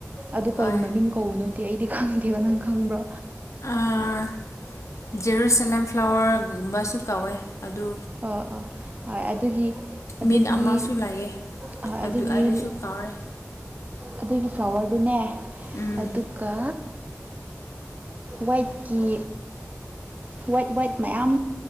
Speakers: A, on the right; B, on the left.
A: ꯑꯗꯨ
B: ꯍꯣꯏ
A: ꯀꯩ ꯃꯃꯤꯡ ꯀꯧꯕꯅꯣꯗꯤ ꯑꯩꯗꯤ ꯈꯪꯗꯦꯕ ꯅꯪ ꯈꯪꯕ꯭ꯔꯣ
B: ꯑꯥ <unintelligible> ꯐ꯭ꯂꯥꯋꯔꯒꯨꯝꯕꯁꯨ ꯀꯧꯋꯦ ꯑꯗꯨ
A: ꯑ ꯑꯥ ꯍ ꯑꯗꯨꯒꯤ ꯑꯗꯨꯒꯤ
B: ꯃꯤꯟ ꯑꯃꯁꯨ ꯂꯩꯌꯦ
A: ꯍꯣꯏ
B: ꯑꯗꯨ
A: ꯑꯗꯨꯒꯤ
B: ꯑꯩꯩꯅꯁꯨ ꯀꯥꯎꯔꯦ
A: ꯑꯗꯨꯒꯤ ꯐ꯭ꯂꯥꯋꯔꯗꯨꯅꯦ
B: ꯎꯝ
A: ꯑꯗꯨꯒ ꯋꯥꯏꯀꯤ ꯋꯥꯏꯠ ꯋꯥꯏꯠ ꯃꯌꯥꯝ